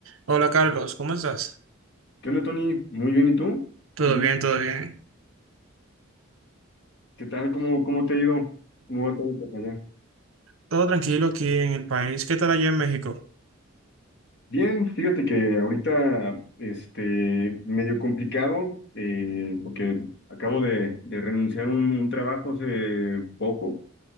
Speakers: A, on the right; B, on the left.
A: Hola Carlos, ¿cómo estás?
B: ¿Qué onda, Tony? Muy bien, ¿y tú?
A: Todo
B: ¿Qué gusto?
A: bien, todo bien.
B: ¿Qué tal? ¿Cómo, cómo te ha ido? ¿Cómo va todo por allá?
A: Todo tranquilo aquí en el país. ¿Qué tal allá en México?
B: Bien, fíjate que ahorita, este, medio complicado, eh, porque acabo de, de renunciar a un, un trabajo hace poco